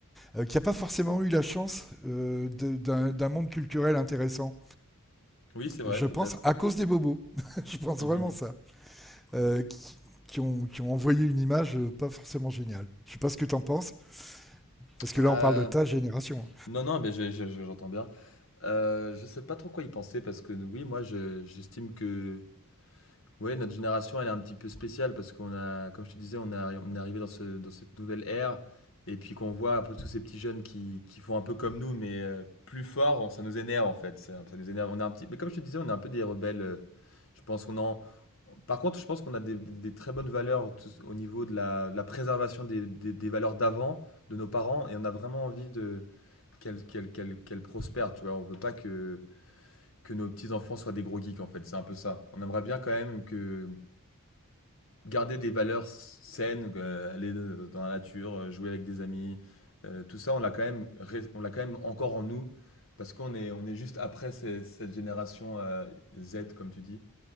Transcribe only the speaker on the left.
Oui, c'est vrai,
peut-être.
<laughs>
Euh,
non, non, mais je- je- j'entends bien. Euh, je sais pas trop quoi y penser parce que oui, moi je- j'estime que Oui, notre génération, elle est un petit peu spéciale parce qu'on a, comme je te disais, on, a, on est arrivé dans, ce, dans cette nouvelle ère et puis qu'on voit un peu tous ces petits jeunes qui, qui font un peu comme nous, mais euh, plus fort, on- ça nous énerve en fait. Ça, ça nous énerve. On est un petit, mais comme je te disais, on est un peu des rebelles. euh, je pense qu'on en. Par contre, je pense qu'on a des, des- des très bonnes valeurs tous- au niveau de la, de la préservation des, des- des valeurs d'avant, de nos parents, et on a vraiment envie de qu'elles qu'elles- qu'elles- qu'elles prospèrent. Tu vois, on veut pas que que nos petits enfants soient des gros geeks en fait. C'est un peu ça. On aimerait bien quand même que garder des valeurs saines, euh, aller euh, dans la nature, euh, jouer avec des amis, euh, tout ça, on l'a quand même, on l'a quand même encore en nous parce qu'on est, on est juste après ces- cette génération euh, Z, comme tu dis,